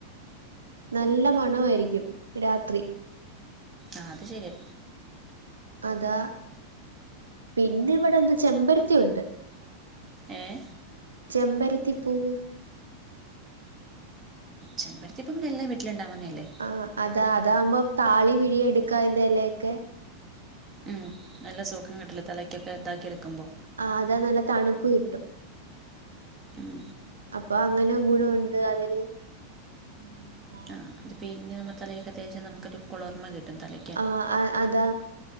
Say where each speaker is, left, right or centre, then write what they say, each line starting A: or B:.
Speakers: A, on the right (about 70°); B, on the right (about 25°).
A: നല്ല മണമായിരിക്കും രാത്രി
B: ആഹ് അത് ശരിയാ
A: അതാ പിന്നെ ഇവിടെ ന്ത്‌ ചെമ്പരത്തി ഉണ്ട്
B: ഏഹ്
A: ചെമ്പരത്തിപ്പൂവ്
B: ചെമ്പരത്തി പ്പൂ പിന്നെ എല്ലാ വീട്ടിലുണ്ടാവുന്നേഎല്ലേ
A: ആഹ് അതാ അതാകുമ്പം താളി പിഴി എടുക്കാതിന്റെ എലയോക്കെ
B: ഉം നല്ല സുഖം കിട്ടില്ലേ തലയ്ക്കൊക്കെ ഇതാക്കി എടുക്കുമ്പോ
A: ആഹ് അതാ നല്ല തണുപ്പ് കിട്ടും
B: ഉം
A: അപ്പൊ അങ്ങനെ ഗുണോണ്ട് അതിന് <inaudible>
B: ആഹ് അത് പിയിഞ്ഞ് നമ്മ തലേൽക്ക് തേച്ചാ നമുക്കൊരു കുളിർമ കിട്ടും തല
A: ആഹ് അതാ